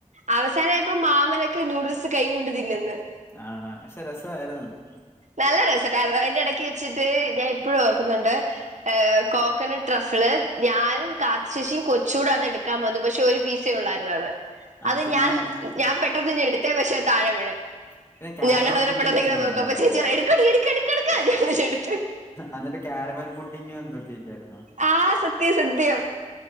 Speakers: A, on the right; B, on the left.
A: അവസാനമായപ്പം മാമനൊക്കെ നൂഡിൽസ് കൈകൊണ്ട് തിന്നുന്ന്
B: ആണ് പക്ഷെ രസമായിരുന്ന്
A: നല്ല രസണ്ടായിരുന്നു അതിന്റെ ഇടയ് വെച്ചിട്ട് ഞാൻ ഇപ്പഴും ഓർക്കുന്നുണ്ട് ആഹ് കോക്കനട്ട് റഫള് ഞാനും കാത്തു ചേച്ചിയും കൊച്ചൂടെ അതെടുക്കാൻ വന്ന് പക്ഷെ ഒരു പീസെ ഉള്ളായിരുന്ന് അത്
B: ആ
A: അത്
B: പിന്നെ
A: ഞാൻ ഞാൻ പെട്ടെന്ന് തന്നെ എടുത്തെയാ പക്ഷെ താഴെ വീണ്
B: പിന്നെ കാരമൽ
A: ഞങ്ങൾ അതിനെ
B: പുഡിങ്ങ്
A: പെട്ടെന്ന്
B: എന്തോ
A: ഇങ്ങനെ നോക്കും
B: ഉണ്ടായിരുന്നില്ലേ
A: അപ്പൊ ചേച്ചി പറയും എടുക്ക് എടുക്ക് എടുക്ക്
B: എന്നിട്ട് ക്യാരമൽ പുഡിങ്ങ് എന്തൊക്കെയോ ഇല്ലായിരുന്നോ
A: ആഹ് സത്യം സത്യം